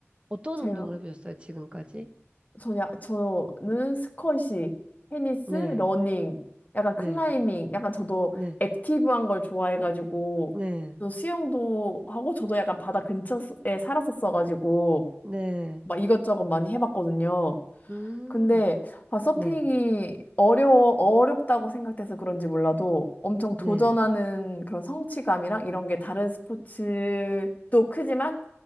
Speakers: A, on the right; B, on the left.
A: 어떤
B: 제가.
A: 운동을 해보셨어요, 지금까지?
B: 저냐, 저는 스쿼시, 테니스,
A: 네,
B: 러닝, 약간 클라이밍,
A: 네,
B: 약간 저도
A: 네,
B: 액티브한 걸 좋아해가지고,
A: 네,
B: 저 수영도 하고, 저도 약간 바다 근처에 살았었어가지고,
A: 네.
B: 막 이것저것 많이 해봤거든요.
A: 음,
B: 근데 아, 서핑이
A: 네,
B: 어려워 어렵다고 생각돼서 그런지 몰라도 엄청 도전하는
A: 네.
B: 그런 성취감이랑 이런 게 다른 스포츠도 크지만